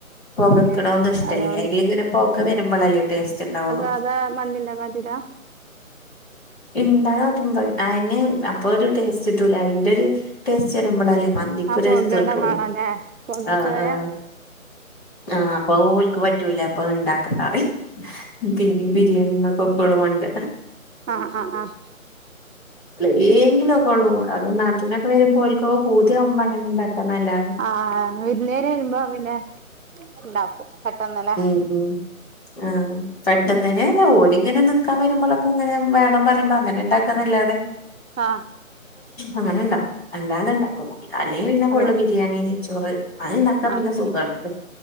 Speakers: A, on the left (about 45°); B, on the right (about 65°).
A: പകക്ക്ണ
B: ഏഹ്
A: ഒന്ന് ഇഷ്ടല്ല
B: അതുകൊണ്ട്
A: അയില് ഇങ്ങനെ പോക വരുമ്പളല്ലേ ടേസ്റ്റ് ഉണ്ടാവുള്ളൂ
B: സാധാ മന്തി ഇണ്ടാക്കാ പറ്റുല്ല
A: ഇണ്ടാ <unintelligible> അയിന് അപ്പൊ ഒരു ടേസ്റ്റ് കിട്ടൂല അയിന്റെ ഒരു ടേസ്റ്റ് വരുമ്പളല്ലേ മന്തിക്ക്
B: ആഹ്
A: ഒരു
B: പൊകേടെ
A: ത് കിട്ടള്ളു
B: വേണല്ലേ പൊകച്ചോയ
A: ആഹ് ആഹ് ആഹ് അപ്പം ഓല്ക്ക് പറ്റൂല അപ്പഹ് ഇണ്ടാക്കണ്ടാറി പിന്നെ ബിരിയാണി ന്നപ്പം എപ്പളും കോൺണ്ട്ര
B: ആഹ് ആഹ് ആഹ്
A: <unintelligible> ലെങ്കിലും ഒക്കെ ഉള്ളൂ അതും നാത്തൂൻ ഒക്കെ വരുമ്പോ ഓല്ക്ക് പൂതിയാവുമ്പ അങ്ങനെ ഉണ്ടാക്കാ നല്ലാതെ
B: ആഹ് വിരുന്നേര് വരുമ്പോ പിന്നെ ഉണ്ടാക്കും പെട്ടന്ന് ലെ
A: ഉം ഉം ആഹ് പെട്ടന്ന് തന്നെ ഓല് ഇങ്ങനെ നിക്കാൻ വരുമ്പോളൊക്കെങ്ങനെ വേണം പറയ്ബ അങ്ങനെ ഉണ്ടാക്കാന്നല്ലാതെ
B: ആഹ്
A: അങ്ങനെ ഉണ്ടാക്കും അല്ലാതെ ഉണ്ടാക്കും അല്ലെങ്കി പിന്നെ
B: അല്ല
A: ഫുള്ള് ബിരിയാണി നെയ്ച്ചോറ് അഹ് ണ്ടാക്കാൻ
B: ആഹ്
A: പിന്നെ സുഖാണല്ലോ